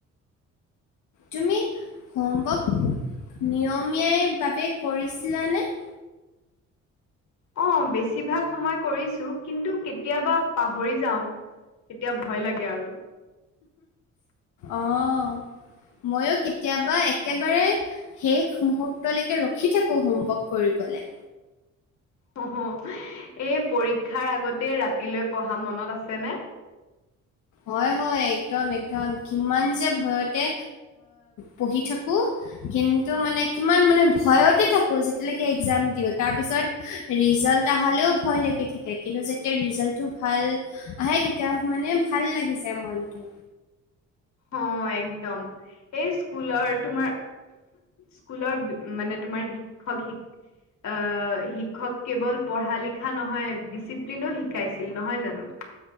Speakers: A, on the left; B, on the left.
A: তুমি হোমৱৰ্ক নিয়মীয়া ভাবে কৰিছিলানে?
B: অঁ, বেছিভাগ সময় কৰিছো কিন্তু কেতিয়াবা পাহৰি যাওঁ। তেতিয়া ভয় লাগে আৰু।
A: অঁ, মইও কেতিয়াবা একেবাৰে শেষ মুহুৰ্তলৈকে ৰখি থাকো হোমৱৰ্ক কৰিবলৈ।
B: অ'হ, এই পৰীক্ষাৰ আগতে ৰাতিলৈ পঢ়া মনত আছেনে?
A: হয় হয়, একদম একদম, কিমান যে ভয়তে পঢ়ি থাকো। কিন্তু মানে কিমান মানে ভয়তে থাকো যেতিয়ালৈকে একজাম দিওঁ। তাৰপিছত ৰিজাল্ট আহালেও ভয় লাগি থাকে, কিন্তু যেতিয়া ৰিজাল্টটো ভাল আহে তেতিয়া মানে ভাল লাগি যায় মনটো।
B: অঁ, একদম। এই স্কুলৰ তোমাৰ, স্কুলৰ মানে তোমাৰ শিক্ষক শিক অঁ, শিক্ষক কেৱল পঢ়া লিখা নহয় ডিচিপ্লিনো শিকাইছিল নহয় জানো।